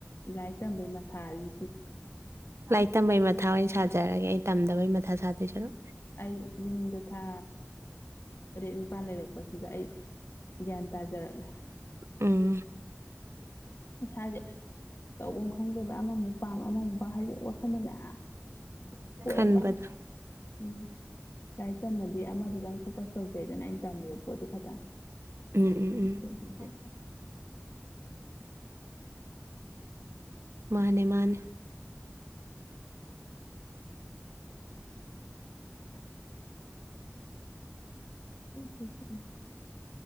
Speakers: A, on the left; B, on the right.
A: ꯂꯥꯏꯔꯤꯛ ꯇꯝꯕꯩ ꯃꯊꯥꯖꯦ
B: ꯂꯥꯏꯔꯤꯛ ꯇꯝꯕꯩ ꯃꯊꯥ ꯑꯣꯏꯅ ꯁꯥꯖꯔꯒꯦ ꯑꯩ ꯇꯝꯗꯕꯩ ꯃꯊꯥ ꯁꯥꯗꯣꯏ ꯁꯔꯨꯛ
A: ꯑꯩ ꯌꯨꯝꯗ ꯊꯥ ꯇꯔꯦꯠ ꯅꯤꯄꯥꯜ ꯂꯩꯔꯛꯄꯁꯤꯗ ꯑꯩ ꯒ꯭ꯌꯥꯟ ꯇꯥꯖꯔꯛꯂꯦ
B: ꯎꯝ
A: ꯏꯁꯥꯖꯦ ꯇꯧꯕꯝ ꯈꯪꯗꯦꯕꯩ ꯑꯃꯃꯨꯛ ꯄꯥꯝ ꯑꯃꯃꯨꯛ ꯄꯥꯝ ꯍꯥꯏꯗꯤ ꯋꯥꯈꯟꯗꯣ ꯃꯌꯥꯝ ꯈꯣꯛꯑꯦꯕ
B: ꯈꯟꯕꯗ
A: ꯎꯝ ꯂꯥꯏꯔꯤꯛ ꯇꯝꯃꯗꯤ ꯑꯃꯗꯨꯗꯪ ꯐꯣꯀꯁ ꯇꯧꯖꯩꯗꯅ ꯑꯩꯅ ꯇꯝꯃꯤꯕ ꯄꯣꯠꯇꯨ ꯈꯛꯇꯪ
B: ꯎꯝ ꯎꯝ
A: ꯑꯗꯨꯗꯨꯒꯤ
B: ꯎꯝ ꯃꯥꯅꯦ ꯃꯥꯅꯦ
A: <unintelligible>